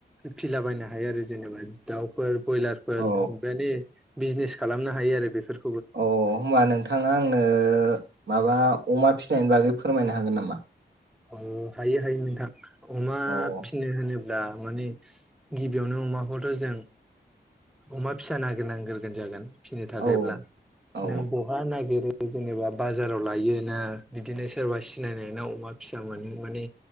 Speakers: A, in the centre; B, on the right.
A: फिला बायनो हायो आरो जेनेबा दाउफोर बयलारफोर
B: औ
A: बेबादि बिजनेस खालामनो हायो आरो बेफोरखौ
B: अ होनोमबा नोंथाङा आंनो माबा अमा फिसिनायनि बागै फोरमायनो हागोन नामा
A: अ हायो हायो नोंथां अमा
B: औ
A: फिनो होनो बा माने गिबियावनो अमाखौथ' जों अमा फिसा नागिरनांग्रोगोन जागोन फिनो थाखायब्ला
B: औ औ
A: नों बहा नागिरो जेनेबा बाजाराव लायो ना बिदिनो सोरबा सिनायनायनाव अमा फिसा मोनो माने